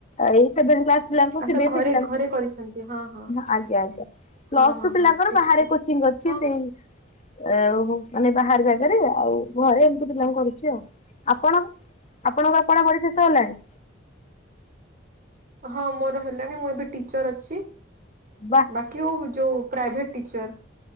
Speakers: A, on the left; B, on the right.
A: ଏଇ ଫେବୃଆରି କ୍ଲାସ ପିଲାଙ୍କୁ
B: ଆଚ୍ଛା
A: ସିବିଏସି
B: ଘରେ
A: ପିଲାଙ୍କୁ
B: ଘରେ କରିଛନ୍ତି ହଁ ହଁ।
A: ଆଜ୍ଞା ଆଜ୍ଞା। ପ୍ଲଷ୍ଟୁ
B: ହଁ ହଁ
A: ପିଲାଙ୍କର
B: ହଁ ଠିକ
A: ବାହାରେ
B: ଠିକ
A: କୋଚିଂ ଅଛି।
B: ହଁ।
A: ସେଇ ଏଉ ହୁ ମାନେ ବାହାର ଜାଗାରେ ଆଉ ଘରେ ଏମତି ପିଲାଙ୍କୁ କରୁଚି ଆଉ। ଆପଣ ଆପଣଙ୍କର ପଢାପଢି ଶେଷ ହେଲାଣି?
B: ହଁ ମୋର ହେଲାଣି ମୁଁ ଏବେ ଟିଚର ଅଛି।
A: ବା।
B: ବାକି ଆଉ ଯୋଉ ପ୍ରାଇଭେଟ ଟିଚର୍।